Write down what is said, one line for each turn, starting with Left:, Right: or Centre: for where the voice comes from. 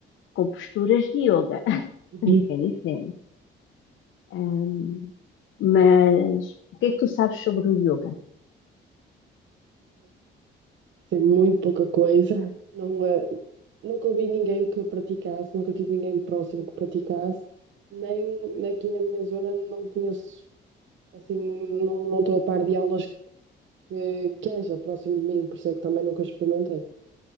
Left: com posturas de yoga, <laughs>
Right: Uhum.
Left: que é diferente. Ahm, mas o que é que tu sabes sobre o yoga?
Right: Sei muito pouca coisa. Não, eh, Nunca ouvi ninguém que praticasse, nunca tive ninguém próximo que praticasse, nem aqui na minha zona não conheço, assim, não não estou a par de aulas que, que haja próximo de mim, por isso é que também nunca experimentei.